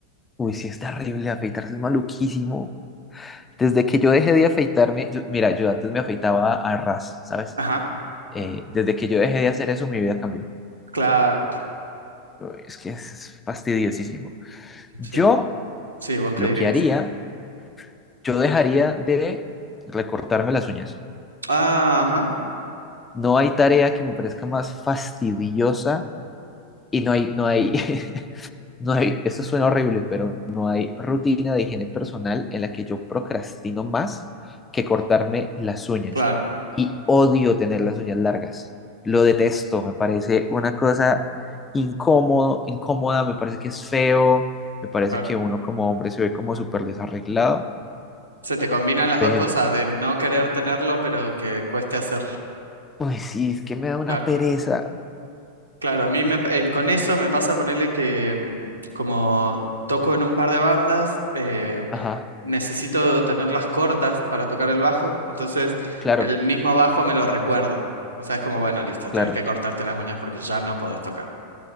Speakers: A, on the left; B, on the right.
A: uy, sí es terrible, afeitarse es maluquísimo. Desde que yo dejé de afeitarme, yo- mira, yo antes me afeitaba a ras, ¿sabes?
B: Ajá,
A: Eh, desde que yo dejé de hacer eso, mi vida cambió.
B: claro,
A: Uy, Es que es es fastidiosísimo. Yo
B: sí, sí, ¿vos qué
A: lo
B: dirías?
A: que haría, yo dejaría de recortarme las uñas.
B: Ah, ajá,
A: No hay tarea que me parezca más fastidiosa Y no hay, no hay, <laughs> no hay, esto suena horrible, pero no hay rutina de higiene personal en la que yo procrastino más que cortarme las uñas.
B: claro.
A: Y odio tener las uñas largas. Lo detesto, me parece una cosa incómodo, incómoda, me parece que es feo, me parece
B: claro.
A: que uno como hombre se ve como súper desarreglado,
B: Se te combinan las
A: pero,
B: dos cosas de no querer tenerlo, pero que cueste hacerlo.
A: pues sí, es que me da una
B: Claro,
A: pereza.
B: claro, a mí me- en- con eso me pasa ponerle que mm, como toco en un par de bandas, eh,
A: Ajá,
B: necesito tenerlas cortas para tocar el bajo, entonces
A: claro,
B: el mismo bajo me lo recuerda. O sea, es como, bueno, listo,
A: claro.
B: tenés que cortarte las uñas porque ya no podés tocar.